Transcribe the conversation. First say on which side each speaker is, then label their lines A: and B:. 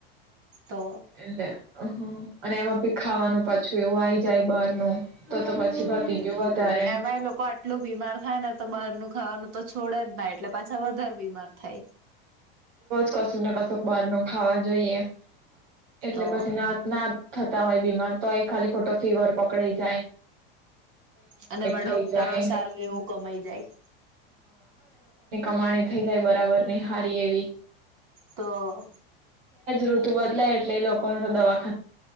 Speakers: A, on the right; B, on the right.
A: તો
B: એટલે અને. પીખાવાનું પાછું એવું આઈ જાય બહારનું તો તો પછી
A: હમ્મ
B: પતી ગયું વધારે
A: એમાં એ લોકો એટલું બીમાર થાય ને તો બહારનું ખાવાનું તો છોડે જ નહીં એટલે પાછ. વધારે બીમાર થાય.
B: કશું ને કશું બહાર નું ખાવા જોઈએ. એટલે
A: તો
B: પછી ના ના થતા હોય બીમાર તો એ ખાલી ખો. ફીવર પકડે
A: અને એમાં
B: થઈ
A: ડોક્ટરો
B: જાય
A: સારું એવું કમાઈ જાય.
B: પ્રમાણે થઈ જાય બરાબર ની હારી એવી.
A: તો.
B: ઋતુ બદલાય એટલે એ લોકોને તો દવા.